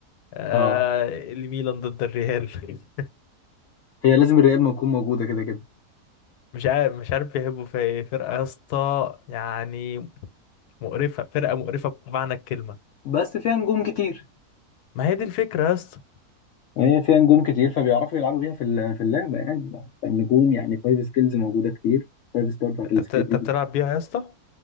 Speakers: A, on the left; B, on the left.
A: آه،
B: اه
A: الميلان ضد الريال <laughs>
B: هي لازم الريال ما يكون موجوده كده كده
A: مش عارف مش عارف بيحبوا فيها ايه فرقة يا اسطى يعني مقرفة فرقة مقرفة بمعنى الكلمة
B: بس فيها نجوم كتير
A: ما هي دي الفكرة يا اسطى
B: هي فيها نجوم كتير فبيعرفوا يلعبوا بيها في ال- في اللعبه يعني النجوم يعني فايف سكيلز موجوده كتير فايف ستار بتاعت
A: انت
B: السكيل
A: بت... انت
B: دي
A: بتلعب بيها يا اسطى